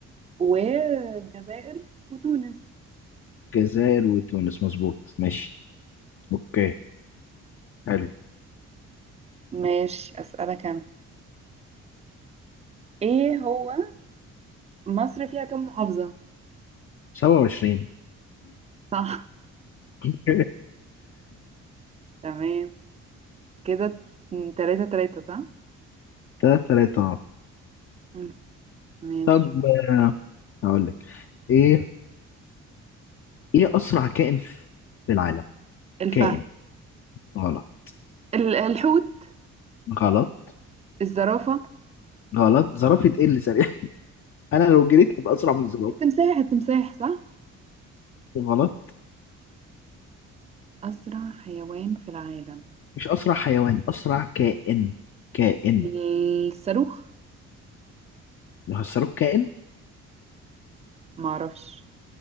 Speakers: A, on the right; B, on the left.
A: والجزائر وتونس
B: الجزائر وتونس مظبوط ماشي اوكي حلو
A: ماشي أسألك أنا ايه هو مصر فيها كم محافظة
B: 27
A: صح
B: <laughs>
A: تمام كده م، تلاتة تلاتة صح
B: تلاتة تلاتة اه
A: مم. ماشي
B: طب آه، هقول لك ايه ايه اسرع كائن في العالم
A: الفهد
B: كائن غلط
A: ال- الحوت
B: غلط
A: الزرافة
B: غلط زرافة ايه اللي سريع <laughs> انا لو جريت ابقى اسرع من الزرافة
A: التمساح التمساح صح
B: غلط
A: أسرع حيوان في العالم
B: مش اسرع حيوان اسرع كائن كائن
A: الصاروخ
B: لو هسروك كائن
A: معرفش